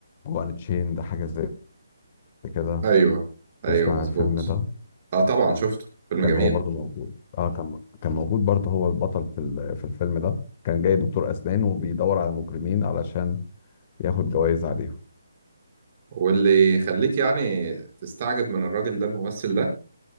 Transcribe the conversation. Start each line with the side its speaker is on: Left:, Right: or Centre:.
Left: وان تشين ده حاجة زي كده
Right: أيوه أيوه
Left: تسمع
Right: مظبوط
Left: عن الفيلم ده
Right: آه طبعا شفته فيلم
Left: كان
Right: جميل
Left: هو برضو موجود اه كان كان موجود برضو هو البطل في ال- في الفيلم ده كان جاي دكتور اسنان وبيدور على مجرمين علشان ياخد جوائز عليهم
Right: واللي يخليك يعني تستعجب من الراجل ده الممثل ده